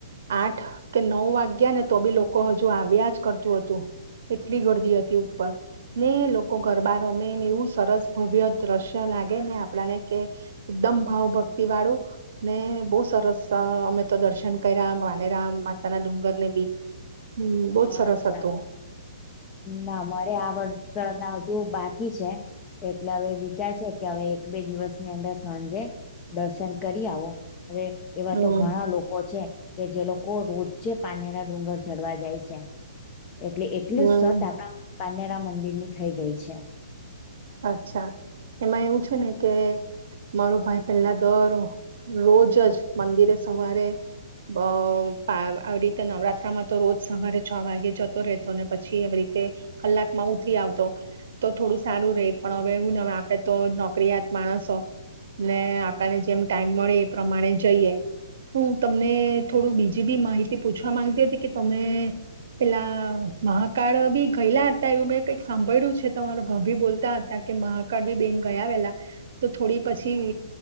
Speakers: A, on the right; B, on the left.
A: આઠ કે નવ વાગ્યા ને તો બી લોકો હજુ આવ્યા જ કરતું હતુ, એટલી ગરદી હતી ઉપર ને લોકો ઘરબા રમેને એવું સરસ ભવ્ય દ્રશ્ય લાગે ને આપણાને કે. એકદમ ભાવ ભક્તિ વાળું ને બઉ સરસ અમે તો દર્શન કર્યામ વાણેરા માતાના ડુંગર ને બી. હમ બહુત
B: અચ્છા
A: સરસ હતો.
B: ના મારે આ વર્ષ ના હજુ બાકી છે. એટલે હવે વિચાર છે કે હવે એક બે દિવસની અંદર સાંજે દર્શન કરી આવો. હવે એવા
A: હમ
B: તો ઘણા લોકો છે. કે જે લોકો રોજે પાનેરા ડુંગર ચડવા જાય છે એટલે. એટલું
A: હમ
B: સત આપ પાનેરા મંદિરની થઈ ગઈ છે.
A: અચ્છા એમાં એવું છે ને કે મારો ભાઈ પેલા દર રોજ જ મંદિરે સવારે અ આવી રીતે નવરાત્રમાં તો રોજ સવારે છ વાગે જતો રહેતો, ને પછી આવી રીતે કલાકમાં ઉતરી આવતો તો થોડું સારું રહે. પણ હવે એને આપડે તો નોકરીયાત માણસો ને આપણને જેમ ટાઈમ મળે એ પ્રમાણે જઈએ, હું તમને થોડું બીજી બી માહિતી પૂછવા માંગતી હતી કે તમે પેલા મહાકાળ બી ગયેલા હતા એવું મેં કઈક સાંભળ્યું છે તમારો ભાવ ભી બોલતા હત ત કે મહાકાળ બી બેન ગયા વેલા તો થોડી પછી